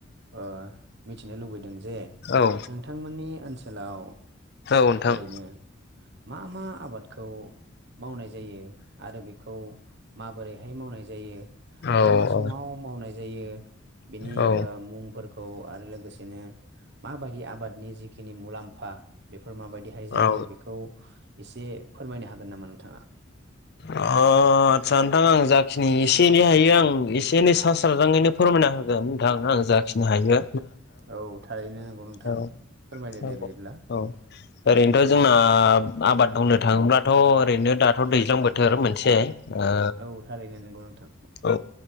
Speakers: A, on the right; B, on the left.
A: ओ मिथिनो लुबैदों जे
B: औ
A: नोंथांमोननि ओनसोलाव।
B: औ नोंथां
A: ओरैनो मा-मा आबादखौ मावनाय जायो आरो बे खौ माबोरैहाय मावनाय जायो मा-मा
B: औ औ
A: समाव मावनाय जायो। बेनि
B: औ
A: ओ मुंफोरखौ आरो लोगोसेनो। माबायदि आबादनि जिखिनि मुलाम्फा। फोर माबायदिहाय जायो
B: औ
A: बेखौ एसे फोरमायनो हागोन नामा नोंथाङा?
B: ओ ओ आदसा नोंथां आं जाखिनि एसे एनै हायो आं एसे एनै सा स्राजाङैनो फोरमायना होगोन नोंथां आं। जाखिनो हायो।
A: औ थारैनो। नोंथां
B: औ-औ-औ
A: फोरमायदो दे बिदिब्ला
B: ओरैनोथ' जोंना आबाद बुं नो थाङोब्लाथ' ओरैनो दाथ' दैज्लां बोथोर मोनसे। ओ
A: औ थारैनो नंगौ नोंथां
B: औ